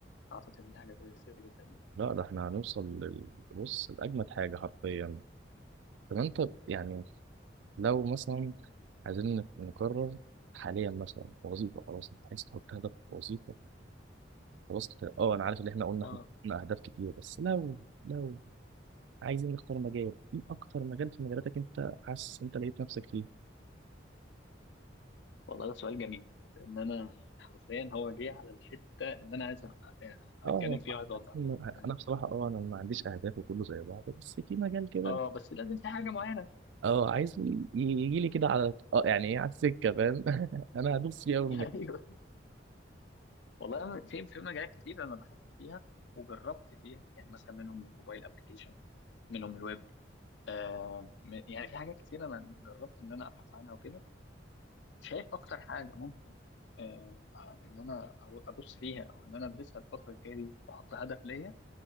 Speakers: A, on the left (about 70°); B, on the right (about 75°).
A: اعتقد ان دي حاجه كويسه جدا يعني
B: لا ده احنا هنوصل لل- بص لاجمد حاجه حرفيا طب انت يعني لو مثلا عايزين نقرر حاليا مثلا وظيفه خلاص انت عايز تحط هدف وظيفه خلاص كده. اه انا عارف اللي احنا قلنا
A: اه
B: احنا قلنا اهداف كتير بس لو لو عايزين نختار مجال ايه اكتر مجال في مجالاتك انت حاسس انت لقيت نفسك فيه
A: والله ده سؤال جميل لان انا يعني حرفيا هو جه على الحته اللي انا عايز أ- أ-
B: اه
A: اتكلم فيها وعايز اوضحها لك، فاهم
B: انا بصراحه اه انا ما عنديش اهداف وكله زي بعضه بس في مجال كده
A: اه بس لازم في حاجه معينه
B: اه عايز يجي لي كده على اه يعني ايه على السكه فاهم <laughs> انا هدوس فيه قوي
A: <laughs> ايوه والله أنا في في مجالات كتير انا بحثت فيها وجربت فيها يعني مثلا منهم الموبايل ابلكيشن منهم الويب آه م- يعني في حاجات كتير انا جربت ان انا ابحث عنها وكده شايف اكتر حاجه ممكن آه آه، ان انا أو- ابص فيها او ان انا ادرسها الفتره الجايه دي واحط هدف ليا